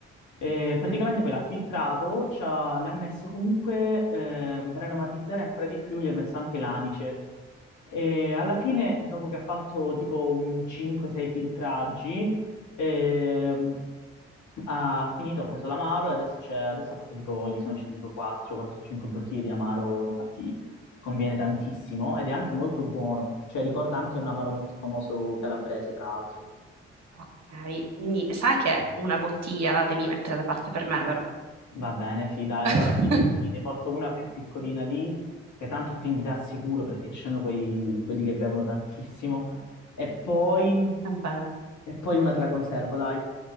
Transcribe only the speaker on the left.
E praticamente poi l'ha filtrato, c'ha- le ha messo comunque, ehm, per aromatizzare ancora di più, gli ha messo anche l'anice. E alla fine, dopo che ha fatto tipo un 5-6 filtraggi, ehm, ha finito, ha preso l'amaro e adesso, c'è- adesso ha fatto tipo, gli sono uscite tipo 4-4-5 bottiglie di amaro, infatti conviene tantissimo ed è anche molto buono, cioè ricorda anche un amaro molto famoso calabrese, tra l'altro.
Va bene, sì, dai,
allora facciamo così, ne porto una più piccolina lì, che tanto finirà sicuro perché ci sono quei- quelli che bevono tantissimo, e poi,
e poi una te la conservo, dai,